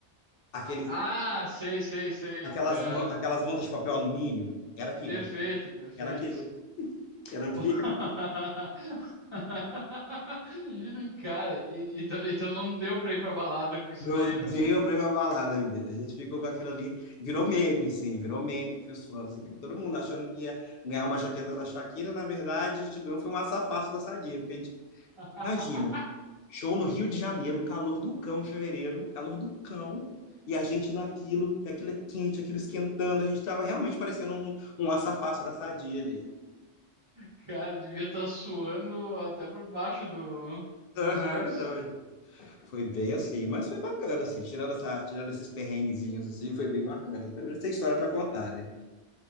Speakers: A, on the left; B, on the right.
A: aqueles,
B: Ah, ah, sei, sei, sei.
A: aquelas,
B: É,
A: man- aquelas mantas de papel alumínio. Era aquilo,
B: perfeito, perfeito.
A: era aquilo, era bem
B: <laughs> Cara, e- então, então não deu pra ir pra balada com isso
A: Não
B: daí, né?
A: deu pra ir pra balada, menina. A gente ficou com aquilo ali, virou meme, sim, virou meme entre os fãs. assim, porque todo mundo achando que ia ganhar uma jaqueta da Shakira, na verdade, a gente ganhou foi um açafácio da Sadia, porque a gente,
B: <laughs>
A: imagina, show no Rio de Janeiro, um calor do cão em fevereiro, um calor do cão, e a gente naquilo, e aquilo é quente, aquilo esquentando, a gente tava realmente parecendo um, um açafácio da Sadia ali.
B: Cara, devia estar suando até por baixo do, dos
A: Aham,
B: olhos.
A: não, é. foi bem assim, mas foi bacana, assim, tirando, essa, tirando esses perrenguezinhos, assim, foi bem bacana. Tem história pra contar, né?